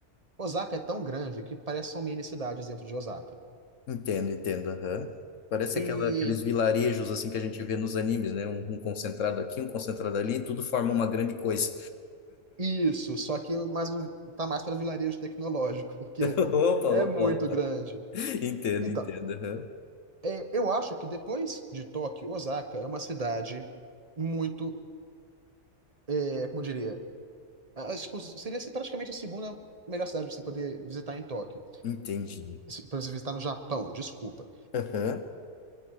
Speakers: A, on the right; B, on the left.
A: Osaka é tão grande que parece que são mini cidades dentro de Osaka.
B: Entendo, entendo. aham. Parece
A: E
B: aquela, aqueles vilarejos assim que a gente vê nos animes, né? Um, um concentrado aqui, um concentrado ali, tudo forma uma grande coisa.
A: Isso, só que mais um, tá mais para vilarejo tecnológico, porque
B: <laughs> Opa,
A: é
B: opa,
A: muito
B: opa.
A: grande.
B: Entendo,
A: Então,
B: entendo. aham.
A: é, eu acho que depois de Tóquio, Osaka é uma cidade muito, é, como eu diria, a- a- tipo, seria assim, praticamente a segunda melhor cidade para você poder visitar em Tóquio,
B: Entendi.
A: para você visitar no Japão, desculpa.
B: Aham.